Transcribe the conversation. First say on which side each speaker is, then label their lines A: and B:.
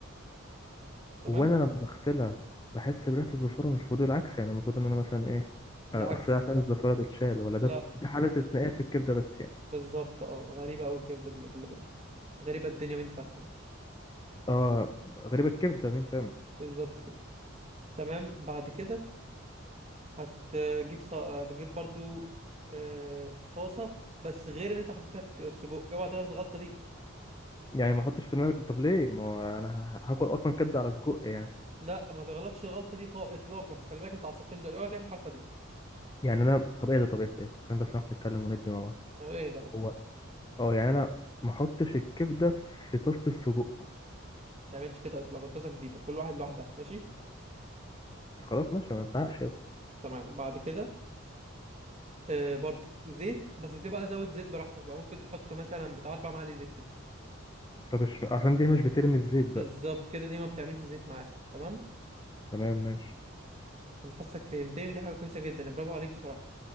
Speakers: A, on the right; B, on the left.
A: تمام
B: وانا لما بغسلها بحس بريحه الزفاره مش المفروض العكس يعني المفروض ان انا مثلا ايه
A: العكس
B: آه، اغسلها عشان
A: فعلا
B: الزفاره تتشال ولا
A: لا
B: ده ده حاله
A: العكس
B: استثنائيه في الكبده بس يعني
A: بالظبط اه غريبه قوي الكبده دي خلي بالك غريبه الدنيا مين فاهمه
B: اه غريبه الكبده مين فاهم
A: بالظبط كده تمام بعد كده هتجيب ص... بجيب برضو آه... طاسه بس غير اللي انت حاطط فيها السجق اوعى تغلط الغلطه دي
B: يعني ما احطش في دماغي طب ليه ما هو انا ه- هاكل اصلا كبده على سجق يعني
A: لا ما تغلطش الغلطه دي خالص اطلاقا خلي بالك انت عصبتني دلوقتي اوعى تعمل الحركه دي
B: يعني انا طب ايه ده طبيعه ايه ده؟ عشان بس نعرف نتكلم وندي مع بعض
A: اه، ايه ده بس
B: هو اه يعني انا ما احطش الكبده في طاسه السجق
A: ما تعملش كده اطلاقا طاسه جديده كل واحد لوحدها ماشي
B: خلاص ماشي ما ازعقش يا اسطى
A: تمام بعد كده آه... برضو زيت بس دي بقى زود زيت براحتك بقى ممكن تحط مثلا بتاع اربع معالق زيت كده
B: طب مش عشان دي مش بترمي الزيت
A: بالظبط
B: بقى
A: كده دي ما بتعملش زيت معاه تمام
B: تمام ماشي
A: انا حاسك فهمتني ودي حاجه كويسه جدا برافو عليك بصراحه